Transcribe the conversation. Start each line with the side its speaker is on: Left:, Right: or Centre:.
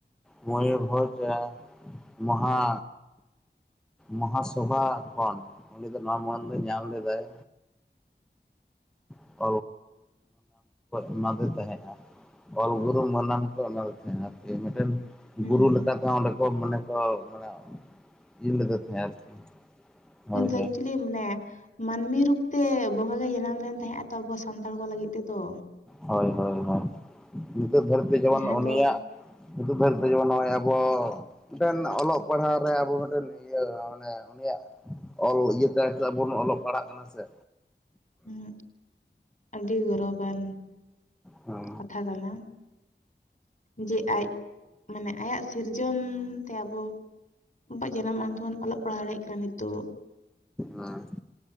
Centre: ᱢᱚᱭᱩᱨᱵᱷᱚᱸᱡᱽᱟ ᱢᱚᱦᱟ ᱢᱚᱦᱟᱥᱚᱵᱷᱟ ᱠᱷᱚᱱ ᱩᱱᱤ ᱫᱚ ᱱᱚᱣᱟ ᱢᱟᱹᱱ ᱫᱚ ᱧᱟᱢ ᱞᱮᱫᱟᱭ᱾ <inaudible> ᱮᱢᱟᱫᱮ ᱛᱟᱦᱮᱱᱟᱭ ᱚᱞ ᱜᱩᱨᱩ ᱢᱟᱹᱱᱟᱱ ᱠᱚ ᱮᱢᱟᱫᱮ ᱛᱟᱦᱮᱸᱜ ᱟᱨᱠᱤ ᱢᱤᱫᱴᱮᱱ
Left: ᱦᱩᱸ
Centre: ᱵᱩᱨᱩ ᱞᱮᱠᱟᱛᱮ ᱦᱚᱸ ᱚᱸᱰᱮ ᱠᱚ ᱢᱟᱱᱮ ᱠᱚ ᱢᱟᱱᱮ ᱤᱨ ᱞᱮᱫᱮ ᱛᱟᱦᱮᱸ ᱟᱨᱠᱤ᱾ ᱦᱳᱭ
Left: ᱦᱩᱸ <inaudible>
Centre: ᱦᱳᱭ
Left: ᱮᱠᱪᱩᱞᱤ ᱢᱟᱱᱮ ᱢᱟᱹᱱᱢᱤ ᱨᱩᱯ ᱛᱮ ᱵᱚᱸᱜᱟ ᱜᱮ ᱡᱟᱱᱟᱢ ᱞᱮᱱ ᱛᱟᱦᱮᱸᱜᱼᱟ ᱛᱚ ᱟᱵᱚ ᱥᱟᱱᱛᱟᱲ ᱠᱚ ᱞᱟᱹᱜᱤᱫ ᱛᱮ ᱫᱚ,
Centre: ᱦᱳᱭ ᱦᱳᱭ ᱦᱳᱭ ᱱᱤᱛᱚᱜ ᱫᱷᱟᱹᱨᱤᱡ ᱛᱮ ᱡᱮᱢᱚᱱ
Left: ᱡᱟᱦᱟᱸ
Centre: ᱩᱱᱤᱭᱟᱜ
Left: ᱫᱚ
Centre: ᱱᱤᱛᱚᱜ ᱫᱷᱟᱹᱨᱤᱡ ᱛᱮ ᱡᱮᱢᱚᱱ ᱱᱚᱜᱼᱚᱭ ᱟᱵᱚ ᱢᱤᱫᱴᱮᱱ ᱚᱞᱚᱜ ᱯᱟᱲᱦᱟᱣ ᱨᱮ ᱟᱵᱚ ᱢᱤᱫᱴᱮᱱ ᱤᱭᱟᱹ ᱢᱟᱱᱮ ᱩᱱᱤᱭᱟᱜ ᱚᱞ ᱤᱭᱟᱹ ᱛᱮᱵᱚᱱ ᱚᱞᱚᱜ ᱯᱟᱲᱦᱟᱜ ᱠᱟᱱᱟ ᱥᱮ᱾
Left: ᱦᱩᱸ ᱟᱹᱰᱤ ᱜᱚᱨᱚᱵᱟᱱ
Centre: ᱦᱮᱸ
Left: ᱠᱟᱛᱷᱟ ᱠᱟᱱᱟ᱾ ᱡᱮ ᱟᱡ ᱢᱟᱱᱮ ᱟᱭᱟᱜ ᱥᱤᱨᱡᱚᱱ ᱛᱮ ᱟᱵᱚ ᱟᱵᱚᱣᱟᱜ ᱡᱟᱱᱟᱢ ᱟᱲᱟᱝ ᱛᱮᱵᱚᱱ ᱚᱞᱚᱜ ᱯᱟᱲᱦᱟᱣ ᱫᱟᱲᱮᱭᱟᱜ ᱠᱟᱱᱟ ᱱᱤᱛᱚᱜ᱾
Centre: ᱦᱮᱸ